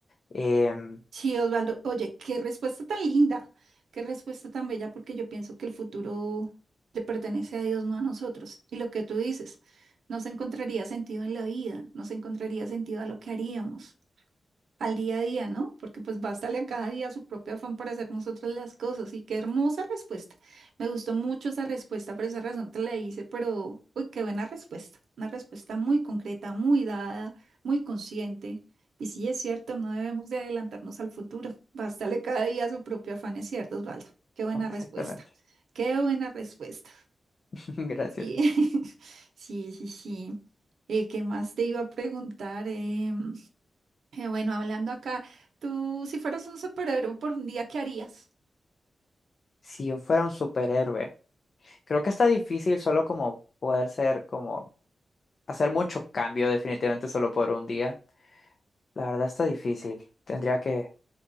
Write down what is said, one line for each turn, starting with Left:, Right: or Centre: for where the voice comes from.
Left: Em,
Right: Sí, Osvaldo, oye, qué respuesta tan linda, qué respuesta tan bella, porque yo pienso que el futuro le pertenece a Dios, no a nosotros. Y lo que tú dices, no se encontraría sentido en la vida, no se encontraría sentido a lo que haríamos. al día a día, ¿no? Porque pues bástale a cada día su propio afán para hacer nosotros las cosas. Y qué hermosa respuesta. Me gustó mucho esa respuesta, por esa razón te la hice, pero uy, qué buena respuesta. Una respuesta muy concreta, muy dada, muy consciente. Y sí, es cierto, no debemos de adelantarnos al futuro. Bástale cada día su propio afán, es cierto, Osvaldo. Qué buena
Left: exactamente.
Right: respuesta. Qué buena respuesta.
Left: <laughs> Gracias.
Right: Sí, <laughs> sí, sí, sí. Eh, ¿qué más te iba a preguntar? Eh, eh, Bueno, hablando acá, tú si fueras un superhéroe por un día, ¿qué harías?
Left: Si yo fuera un superhéroe, creo que está difícil solo como poder ser, como hacer mucho cambio definitivamente solo por un día. La verdad está difícil. Tendría que,